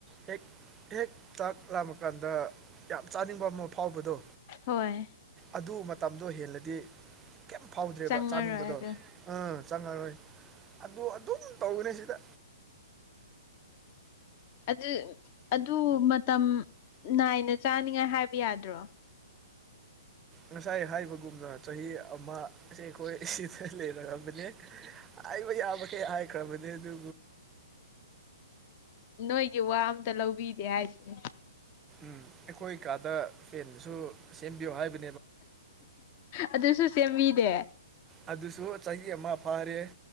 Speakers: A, on the right (about 15°); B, on the left (about 35°).
A: ꯍꯦꯛ ꯍꯦꯛ ꯆꯥꯛ ꯂꯥꯃꯀꯥꯟꯗ ꯌꯥꯝ ꯆꯥꯅꯤꯡꯕ ꯑꯃ ꯐꯥꯎꯕꯗꯣ
B: ꯍꯣꯏ
A: ꯑꯗꯨ ꯃꯇꯝꯗꯣ ꯍꯦꯜꯂꯗꯤ ꯀꯩꯝ ꯐꯥꯎꯗ꯭ꯔꯦꯕ
B: ꯆꯪꯉꯔꯣꯏ
A: ꯆꯥꯅꯤꯡꯕꯗꯣ
B: ꯑꯗꯣ
A: ꯑꯥ ꯆꯪꯉꯔꯣꯏ ꯑ ꯑꯗꯨꯝ ꯇꯧꯅꯦ ꯁꯤꯗ
B: ꯑꯗꯨ ꯑꯗꯨ ꯃꯇꯝ ꯅꯥꯏꯅ ꯆꯥꯅꯤꯡꯉꯥꯏ ꯍꯥꯏꯕ ꯌꯥꯗ꯭ꯔꯣ
A: ꯉꯁꯥꯏ ꯍꯥꯏꯕꯒꯨꯝꯅ ꯆꯍꯤ ꯑꯃꯦ ꯑꯩꯈꯣꯏ ꯑꯁꯤꯗ ꯂꯩꯔꯛꯕꯅꯦ ꯍꯥꯏꯕ ꯌꯥꯕꯈꯩ ꯍꯥꯏꯈ꯭ꯔꯕꯅꯦ ꯑꯗꯨ
B: ꯅꯣꯏꯒꯤ ꯋꯥ ꯑꯝꯇ ꯂꯧꯕꯤꯗꯦ ꯍꯥꯏꯁꯤꯅꯦ
A: ꯎꯝ ꯑꯩꯈꯣꯏ ꯀꯥꯗ ꯐꯦꯟꯁꯨ ꯁꯦꯝꯕꯤꯌꯨ ꯍꯥꯏꯕ
B: ꯑꯗꯨꯁꯨ ꯁꯦꯝꯕꯤꯅꯦ
A: ꯑꯗꯨꯁꯨ ꯆꯍꯤ ꯑꯃ ꯐꯥꯔꯦ